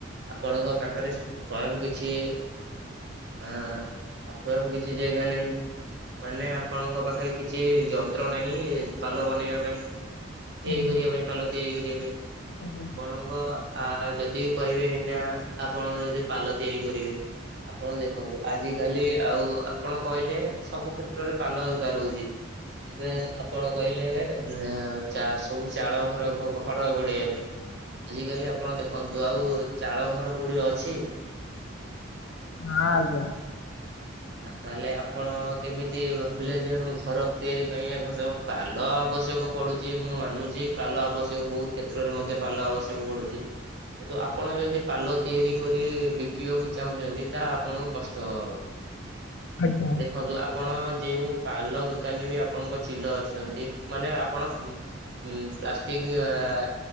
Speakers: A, on the right; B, on the left.
A: ଆପଣଙ୍କ ପାଖରେ ସ୍ଵୟଂ କିଛି ଆଁ ଆପଣଙ୍କ କିଛି ଜାଗା ନାହିଁ ମାନେ ଆପଣଙ୍କ ପାଖରେ କିଛି ଯନ୍ତ୍ର ନାହିଁ ପାଲ ବନେଇବା ପାଇଁ ତିଆରି
B: ଆଜ୍ଞା
A: କରିବା ପାଇଁ ପାଲ ତିଆରି କରିବା ପାଇଁ
B: ଆଜ୍ଞା
A: ଆପଣଙ୍କ ଆ ଯଦି କହିବେ ଏଇନା ଆପଣ ଯଦି ପାଲ ତିଆରି କରିବେ ଆପଣ ଦେଖ ଦେଖନ୍ତୁ ଆଜି କାଲି ଆଉ ଆପଣ କହିଲେ ସବୁ କ୍ଷେତ୍ରରେ ପାଲ ଦରକାର ହଉଛି । ଏବେ ଆପଣ କହିଲେ ଏଁ ଚା ସବୁ ଚାଳ ଘର ଘଡ ଗୋଡେଇବା ପାଇଁ ଆଜି କାଲି ଆପଣ ଦେଖନ୍ତୁ ଆଉ ଚାଳ ଘର କୋଉଠି ଅଛି
B: ହଁ ଆଜ୍ଞା ।
A: ଆ ତାହେଲେ ଆପଣ କେମିତି ଭାବିଲେ ଯେ ଘର ତିଆରି ପାଇଁ ଅବଶ୍ୟ ପାଲ ଆବଶ୍ୟକ ପଡୁଛି ମୁଁ ମାନୁଛି ପାଲ ଆବଶ୍ୟକ ବହୁତ କ୍ଷେତ୍ରରେ ମଧ୍ୟ ପାଲ ଆବଶ୍ୟକ ପଡୁଛି କିନ୍ତୁ ଆପଣ ଯଦି ପାଲ ତିଆରି କରି ବିକିବାକୁ ଚାହୁଁଛନ୍ତି ତାହା ଆପଣଙ୍କୁ କଷ୍ଟ ହବ ।
B: ଆଜ୍ଞା
A: ଦେଖନ୍ତୁ ଆପଣ ଯେଉଁ ପାଲ ଦୋକାନୀ ବି ଆପଣଙ୍କ ଚିଲ ଅଛନ୍ତି ମାନେ ଆପଣ ଉଁ ପ୍ଲାଷ୍ଟିକ ଆ ଆ